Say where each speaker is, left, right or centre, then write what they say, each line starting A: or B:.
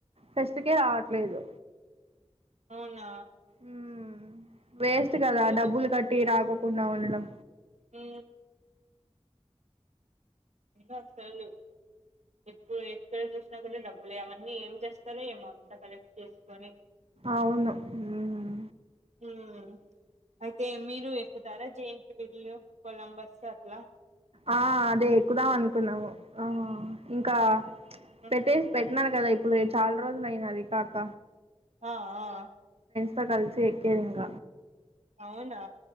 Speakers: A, on the right; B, on the right.
A: ఫెస్ట్ కే రావట్లేదు.
B: అవునా
A: ఊ వేస్ట్
B: ఉండాలి.
A: కదా డబ్బులు కట్టి రాకో కుండా ఉండడం
B: ఊ ఏం గాదు తెల్దు ఎప్పుడూ ఎక్కడ చూసినా కూడా డబ్బులే అవన్నీ ఏం చేస్తారో ఏమో అంతా కలెక్ట్ చేసుకొని
A: అవును ఉమ్
B: ఉమ్ అయితే మీరూ ఎక్కుతారా జెయింట్ వీల్లు కొలంబస్సు అట్లా
A: ఆ అదే ఎక్కుదాం అనుకున్నాము ఆ ఇంకా
B: ఉమ్,
A: పెట్టేసి పె ట్నాను కదా ఇప్పుడే చాలా రోజులు అయ్యిందది కాక
B: ఆ ఆ
A: త కలిసి ఎక్కేదింక
B: అవునా